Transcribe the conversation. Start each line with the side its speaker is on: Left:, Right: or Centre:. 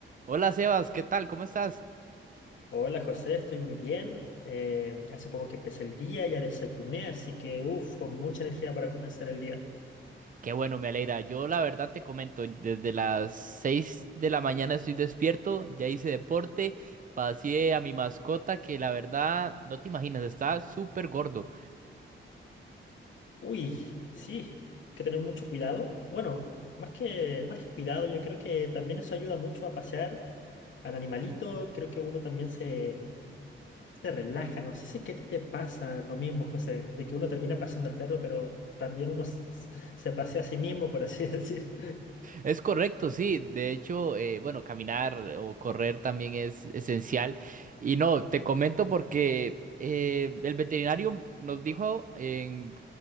Right: Hola Sebas, ¿qué tal? ¿Cómo estás?
Left: Hola José, estoy muy bien. Eh, hace poco que empecé el día, ya desayuné, así que uff, con mucha energía para comenzar el día.
Right: Qué bueno, me alegra. Yo la verdad te comento, desde las 6 de la mañana estoy despierto, ya hice deporte, pasé a mi mascota que la verdad no te imaginas, está súper gordo.
Left: Uy, sí, hay que tener mucho cuidado. Bueno, más que, más que cuidado, yo creo que también eso ayuda mucho a pasear al animalito. Creo que uno también se, se relaja. No sé si es que a ti te pasa lo mismo, José, de que uno termina paseando al perro, pero también uno s- s- se pasea a sí mismo, por así <laughs> decir.
Right: Es correcto, sí. De hecho, eh, bueno, caminar o correr también es esencial. Y no, te comento porque eh, el veterinario nos dijo en-